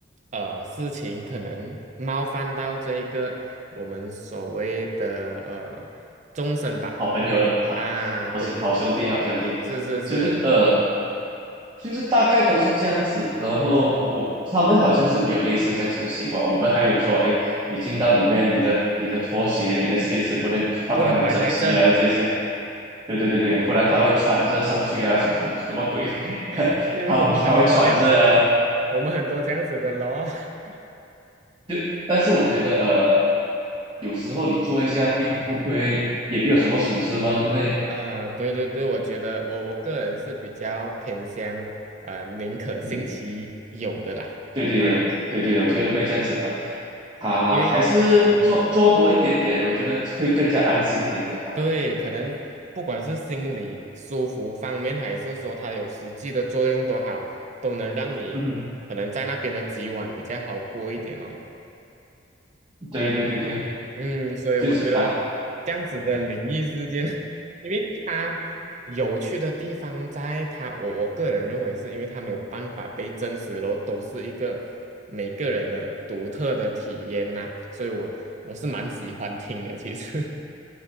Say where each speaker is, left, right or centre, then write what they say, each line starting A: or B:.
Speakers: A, on the right; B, on the right.
A: 呃事情可能冒犯到这个我们所谓的呃终身吧，
B: 好朋友了，
A: 对吧？
B: 好好兄好兄弟好兄弟，
A: 啊，对对对，是是是，
B: 就是呃就是大概都是这样子，然后我他们好像是没有类似这样子的习惯，我们还有说，哎，你进到里面，你的你的拖鞋、你的鞋子不能放得很整齐啊，
A: 不能摆太正，
B: 这些对对对对，不然他会穿着上去啊，什么 <laughs> 什么鬼？<laughs>
A: <laughs> 因为我们很多这样子的，
B: 他他会穿着啊，
A: 我们很多这样子的咯。<laughs>
B: 就但是我觉得呃，有时候你做一下，并不会也没有什么损失嘛，对不对？
A: 啊，对对对，我觉得我我个人是比较偏向呃宁可信其有的啦，
B: 嗯，对对对对对，
A: 啊，
B: 我就是会这样子的啊，
A: 因为嗯，
B: 还是做做多一点点，我觉得会更加安心一点点吧。
A: 对，可能不管是心理舒服方面，还是说它有实际的作用都好，都能让你可能在那边的几晚比较好过一点哦。
B: 嗯哼，对对对对，
A: 嗯，所以我觉得这样子的灵异事件，
B: 就是啊，
A: <laughs> 因为它有趣的地方在它，我我个人认为是因为它没有办法被证实，然后都是一个每个人的独特的体验呐、所以我我是蛮喜欢听的，其实。